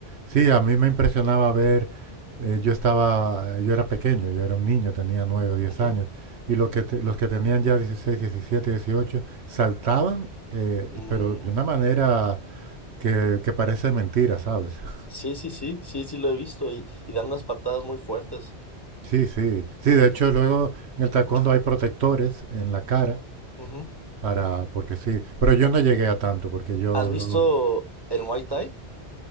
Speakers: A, on the right; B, on the left.
A: Sí, a mí me impresionaba ver, eh, yo estaba, yo era pequeño, yo era un niño, tenía 9 o diez
B: Ujú.
A: años, y los que, te- los que tenían ya 16, 17, 18 saltaban, eh,
B: Mm.
A: pero de una manera que, que parece mentira, ¿sabes? <laughs>
B: Sí, sí, sí, sí, sí lo he visto y, y dan unas patadas muy fuertes.
A: Sí, sí, sí, de hecho luego en el taekwondo
B: <laughs>
A: hay protectores en la cara
B: Ujú.
A: para, porque sí, pero yo no llegué a tanto, porque yo
B: ¿Has
A: luego,
B: visto el Muay Thai?